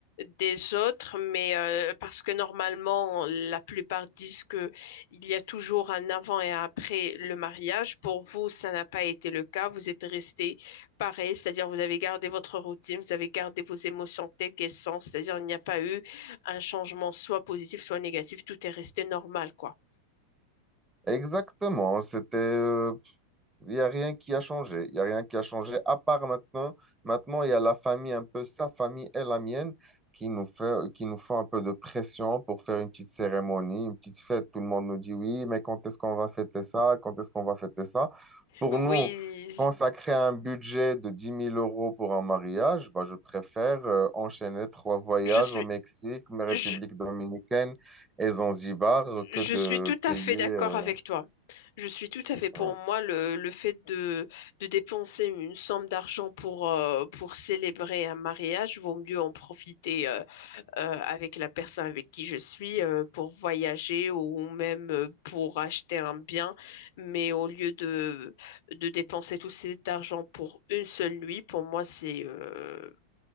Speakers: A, on the left; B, on the right.
A: des autres, mais euh, parce que normalement, la plupart disent que il y a toujours un avant et un après le mariage. Pour vous, ça n'a pas été le cas. Vous êtes resté pareil, c'est-à-dire vous avez gardé votre routine, vous avez gardé vos émotions telles qu'elles sont, c'est-à-dire il n'y a pas eu un changement soit positif, soit négatif. Tout est resté normal, quoi.
B: Exactement, c'était, euh, il n'y a rien qui a changé, il n'y a rien qui a changé, à part maintenant, maintenant il y a la famille, un peu sa famille et la mienne, qui nous fait, qui nous font un peu de pression pour faire une petite cérémonie, une petite fête, tout le monde nous dit oui, mais quand est-ce qu'on va fêter ça, quand est-ce qu'on va fêter ça? Pour
A: Oui,
B: nous, consacrer un budget de dix mille euros pour un mariage, bah, je préfère euh, enchaîner trois voyages
A: je suis,
B: au Mexique, mais République
A: je,
B: dominicaine et Zanzibar que
A: je
B: de
A: suis tout à
B: payer...
A: fait
B: euh,
A: d'accord avec toi. Je suis tout à fait pour
B: ouais.
A: moi le, le fait de, de dépenser une somme d'argent pour, euh, pour célébrer un mariage, vaut mieux en profiter euh, euh, avec la personne avec qui je suis euh, pour voyager ou même euh, pour acheter un bien. Mais au lieu de, de dépenser tout cet argent pour une seule nuit, pour moi, c'est, euh,